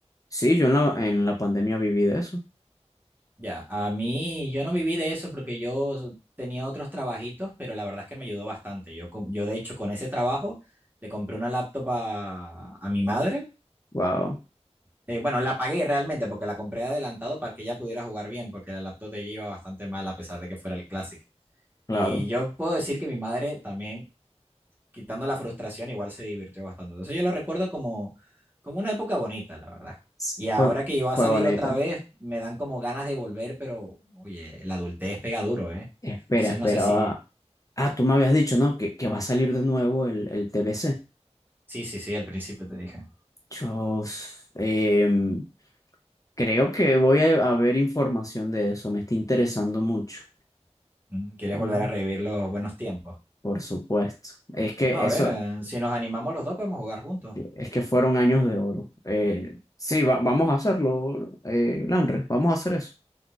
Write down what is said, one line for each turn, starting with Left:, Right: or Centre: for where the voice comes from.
Left: sí, yo en la, en la pandemia viví de eso.
Right: Ya, a mí yo no viví de eso porque yo tenía otros trabajitos, pero la verdad es que me ayudó bastante. Yo, con- yo de hecho con ese trabajo le compré una laptop a, a mi madre.
Left: Wow,
Right: Eh, bueno, la pagué realmente porque la compré adelantado para que ella pudiera jugar bien, porque la laptop de ella iba bastante mal a pesar de que fuera el Classic.
Left: claro.
Right: Y yo puedo decir que mi madre también quitando la frustración, igual se divirtió bastante. Entonces yo lo recuerdo como, como una época bonita, la verdad.
Left: S-
Right: Y ahora
Left: Fue,
Right: que iba
Left: fue
Right: a salir
Left: bonita.
Right: otra vez, me dan como ganas de volver, pero oye, la adultez pega duro, ¿eh?
Left: Espera,
Right: Entonces
Left: esperaba.
Right: no sé si...
Left: Ah, tú me habías dicho, ¿no? Que, que va a salir de nuevo el, el TBC.
Right: Sí, sí, sí, al principio te dije.
Left: Yo em, creo que voy a, a ver información de eso. Me está interesando mucho.
Right: Mm, ¿Quieres
Left: Ujú.
Right: volver a revivir los buenos tiempos?
Left: Por supuesto. Es que
Right: Bueno, a
Left: eso,
Right: ver, eh, si nos animamos los dos podemos jugar juntos.
Left: Es que fueron años de oro. Eh, sí, va- vamos a hacerlo, eh, Landre, vamos a hacer eso.